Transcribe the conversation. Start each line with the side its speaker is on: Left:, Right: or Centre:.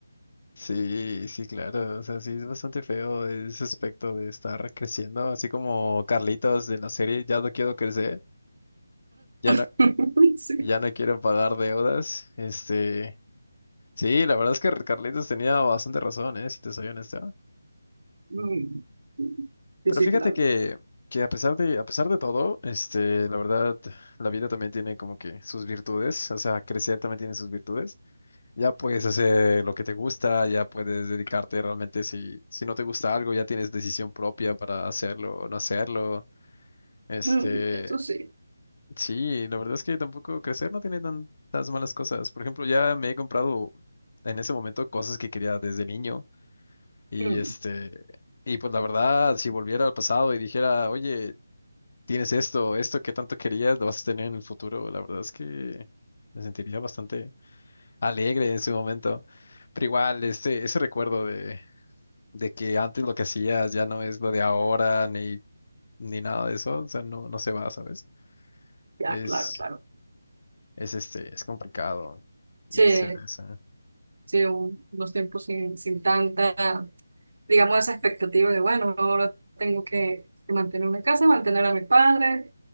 Left: Sí, sí, claro. O sea, sí, es bastante feo ese aspecto de estar creciendo, así como Carlitos de la serie, ya no quiero crecer, ya no,
Right: <laughs> Sí.
Left: ya no quiero pagar deudas. Este, sí, la verdad es que Carlitos tenía bastante razón, ¿eh? Si te soy honesto.
Right: Mm. Sí,
Left: Pero
Right: sí,
Left: fíjate
Right: claro.
Left: que, que a pesar de, a pesar de todo, este, la verdad, la vida también tiene como que sus virtudes, o sea, crecer también tiene sus virtudes. Ya puedes hacer lo que te gusta, ya puedes dedicarte realmente si, si no te gusta algo, ya tienes decisión propia para hacerlo o no hacerlo. Este,
Right: Mm, Eso sí.
Left: sí, la verdad es que tampoco crecer no tiene tantas malas cosas. Por ejemplo, ya me he comprado en ese momento cosas que quería desde niño y
Right: Mm,
Left: este, y pues la verdad, si volviera al pasado y dijera, oye, tienes esto, esto que tanto querías, lo vas a tener en el futuro. La verdad es que me sentiría bastante alegre en ese momento. Pero igual, este, ese recuerdo de, de que antes lo que hacías ya no es lo de ahora, ni, ni nada de eso, o sea, no, no se va, ¿sabes?
Right: Ya,
Left: Es,
Right: claro, claro.
Left: es este, es complicado
Right: Sí,
Left: irse de esa.
Right: sí, un- unos tiempos sin, sin tanta. digamos, esa expectativa de, bueno, ahora tengo que, que mantener una casa, mantener a mis padres.